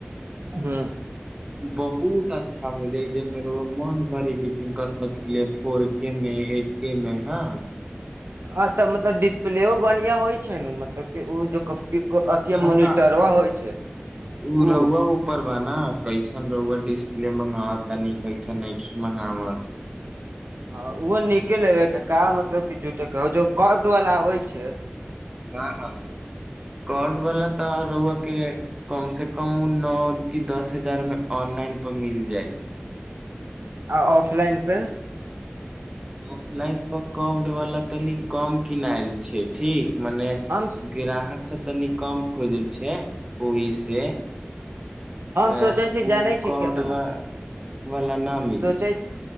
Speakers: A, on the right (about 70°); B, on the right (about 20°).
A: हँ
B: बहुत अच्छा हो जाइ जे मन भरि एडिटिंग कर सक फोर के मे एट के मे हँ
A: आ तऽ मतलब डिस्प्लेो बढ़िया होइ छै ने मतलब के ओ जो अथि
B: ह
A: मोनिटरवा
B: त
A: होइ छै
B: ओ
A: उ
B: रौआ उऊपर बा ना कैस रोर डिस्प्ल मंगावा तनी कैसा न की मंगव
A: हँ ओहो नीके लेबै का मतलब कि झुटेके जो कर्ड वला होइ छै
B: ना ना कट वला त रौआ के कम से कम न दस हजार मे ऑनलाइन पर मिल जाइ
A: आ ऑफलाइन पे
B: ऑफलाइन पर कोमड वाला तनी कम किनायल छै ठीक मने
A: हम
B: ग्राहक सब तनी कम खोजल छै ओहि से
A: हम
B: ए
A: सोचै छी जानै
B: ओ
A: छी
B: कोमड
A: केतना
B: व वाला न मिली
A: सोचै